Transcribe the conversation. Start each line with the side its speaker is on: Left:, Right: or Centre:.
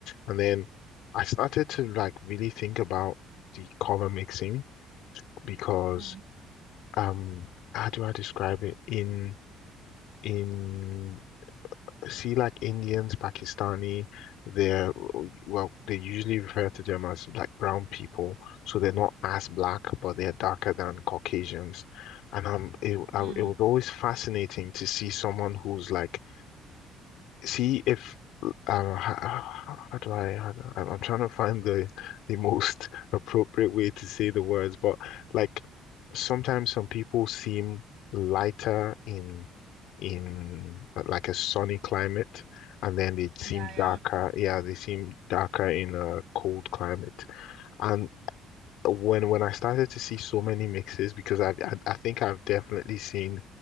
Left: And then I started to like really think about the color mixing because
Right: Mm-hmm.
Left: um how do I describe it? In in see like Indians, Pakistani, they're well, they usually refer to them as like brown people. So they're not as black, but they're darker than Caucasians. And um it I,
Right: Mm-hmm.
Left: it was always fascinating to see someone who's like see if um how, how do I how do I- am I'm trying to find the the most <laughs> appropriate way to say the words, but like sometimes some people seem lighter in in uh, like a sunny climate, and then they
Right: Yeah,
Left: seem darker.
Right: yeah.
Left: Yeah, they seem darker in a cold climate, and when when I started to see so many mixes because I've, I I think I've definitely seen